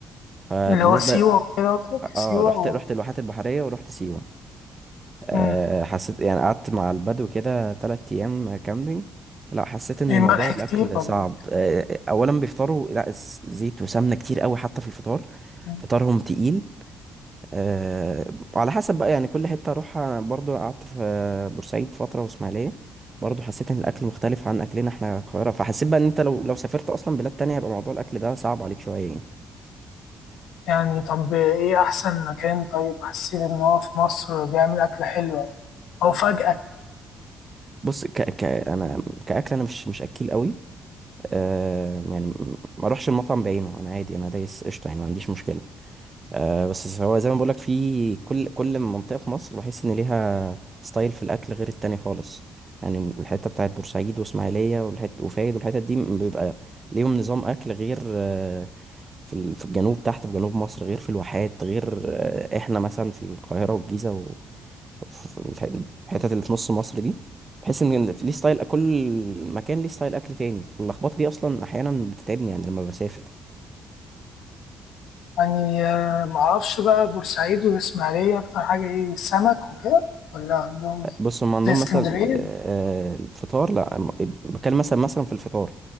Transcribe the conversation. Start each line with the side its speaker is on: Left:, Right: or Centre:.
Right: فبالنسبه
Left: اللي هو سيوة وكده قصدك سيوة
Right: اه رحت
Left: و...
Right: رحت الواحات البحريه ورحت سيوه آه،
Left: مم.
Right: حسيت يعني قعدت مع البدو كده تلات ايام كامبينج لا حسيت ان
Left: إيه، ملح
Right: موضوع الاكل
Left: كتير ولا
Right: صعب آه، اولا بيفطروا لا س- زيت وسمنه كتير قوي حتى في الفطار
Left: إيه؟
Right: فطارهم تقيل أه على حسب بقى يعني كل حتة أروحها أنا برضو قعدت في بورسعيد فترة وإسماعيلية برضو حسيت إن الأكل مختلف عن أكلنا إحنا القاهرة فحسيت بقى إن أنت لو لو سافرت أصلا بلاد تانية هيبقى موضوع الأكل ده صعب عليك شوية يعني
Left: يعني طب إيه أحسن مكان طيب حسيت إن هو في مصر بيعمل أكل حلو أو أو فجأة
Right: بص ك ك أنا كأكل أنا مش مش أكيل قوي أه يعني م- ما أروحش المطعم بعينه أنا عادي أنا دايس قشطة يعني ما عنديش مشكلة آه بس هو زي ما بقولك في كل كل منطقة في مصر بحس إن ليها ستايل في الأكل غير التاني خالص يعني الحتة بتاعت بورسعيد وإسماعيلية والحت وفايد والحتت دي بيبقى ليهم نظام أكل غير آه في ال- في الجنوب تحت في جنوب مصر غير في الواحات غير آه إحنا مثلا في القاهرة والجيزة و- وفي الح- الحتت اللي في نص مصر دي بحس إن ليه ستايل كل مكان ليه ستايل أكل تاني اللخبطة دي أصلا أحيانا بتتعبني يعني لما بسافر
Left: يعني آه، معرفش بقى بورسعيد والإسماعيلية أكتر حاجة إيه سمك وكده ولا عندهم إيه
Right: بص هم عندهم
Left: زي اسكندرية
Right: مثلا آه، آه، الفطار لا أم- بتكلم مثلا مثلا في الفطار